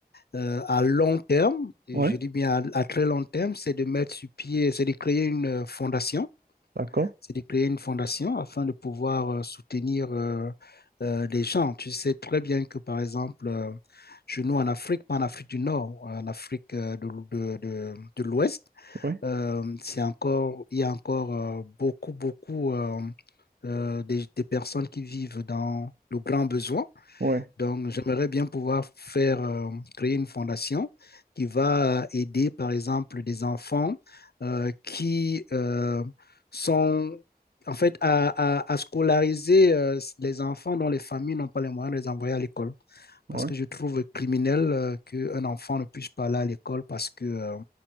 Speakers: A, on the left; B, on the right.
A: euh, à long terme, et
B: Ouais.
A: je dis bien à, à très long terme, c'est de mettre sur pied, c'est de créer une euh, fondation.
B: D'accord.
A: c'est de créer une fondation afin de pouvoir euh, soutenir euh, euh, les gens. Tu sais très bien que, par exemple, euh, chez nous en Afrique, pas en Afrique du Nord, en Afrique euh, de, de, de, de l'Ouest,
B: Oui.
A: euh, c'est encore, il y a encore euh, beaucoup, beaucoup euh, euh, des, des personnes qui vivent dans le grand besoin.
B: Ouais.
A: Donc, j'aimerais bien pouvoir faire euh, créer une fondation qui va aider, par exemple, des enfants euh, qui euh, sont, en fait, à, à- à scolariser euh, les enfants dont les familles n'ont pas les moyens de les envoyer à l'école. Parce
B: Ouais.
A: que je trouve criminel euh, qu'un enfant ne puisse pas aller à l'école parce que euh,